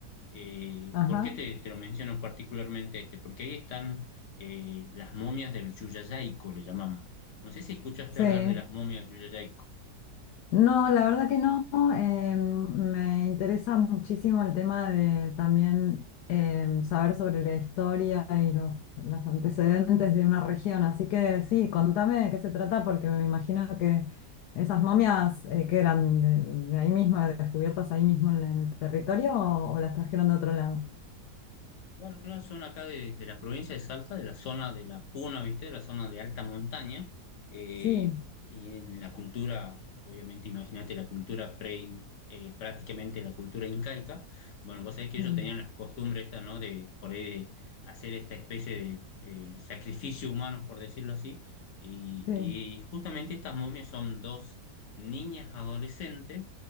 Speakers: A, on the left (about 50°); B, on the left (about 75°).
A: Eh,
B: ajá,
A: ¿por qué te, te lo menciono particularmente este? Porque ahí están eh, las momias del Yuyayaico, le llamamos. No sé si escuchaste
B: sí.
A: hablar de las momias del Yuyayaico.
B: No, la verdad que no. eh, me interesa muchísimo el tema de también eh, saber sobre la historia y los, los antecedentes de una región. Así que sí, contame de qué se trata, porque me imagino que esas momias eh, que eran de, de ahí mismo, descubiertas ahí mismo en el territorio, o, o las trajeron de otro lado.
A: Claro, claro, son acá de, de la provincia de Salta, de la zona de la Puna, ¿viste? De la zona de alta montaña. eh,
B: Sí,
A: y en la cultura, obviamente, imagínate la cultura pre, eh, prácticamente la cultura incaica. Bueno, vos sabés que
B: mm,
A: ellos tenían las costumbres estas, ¿no? De por ahí de hacer esta especie de eh, sacrificio humano, por decirlo así. Y,
B: sí,
A: y justamente estas momias son dos niñas adolescentes